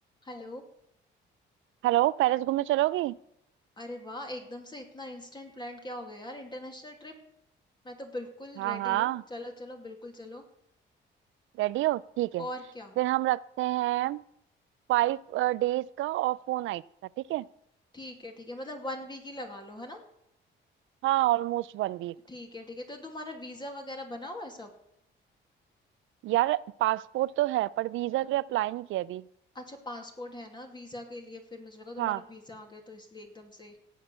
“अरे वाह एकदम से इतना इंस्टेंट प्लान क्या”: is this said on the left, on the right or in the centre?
Left